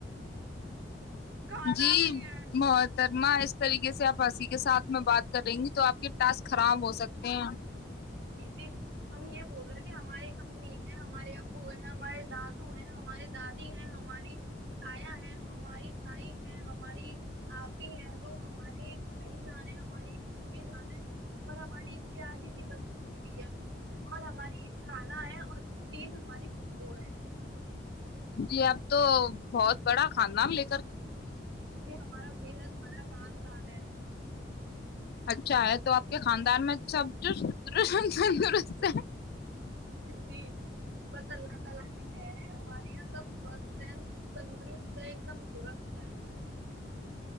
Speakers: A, on the right; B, on the left.
A: کانا
B: جی
A: بھی ہے
B: بہت درما اس طریقے سے آپ ہنسی کے ساتھ میں بات کر رہیں گی تو آپ کے س خراب ہو سکتے ہیں
A: ی ہم یہ بول رہے تھے ہمارے امی ہیں ہمارے ابو ہیں ہمارے دادو ہیں ہمارے دادا دادی ہیں ہماری آیا ہے ہماری تائی ہیں ہم ہماری آپ ہی ہیں جو ہمارے ایک بھائی جانے ہماری ایک بھ بھی جانے اور ہماری ایک پیاری سی پتلی بھی اور ہماری کان ہے اور تیز ہماری کپو ہے
B: جی اب تو بہت بڑا کھانا ل
A: جی ہمارا پ بڑا کاند ہے
B: اچھا ہے تو آپ کے خاندان میں سب تندرست ہے
A: جی بس اللہ تعالا کی ہے ہمارے یہاں سب سوستھ ہے تندرست ہے ایک دم درست ہے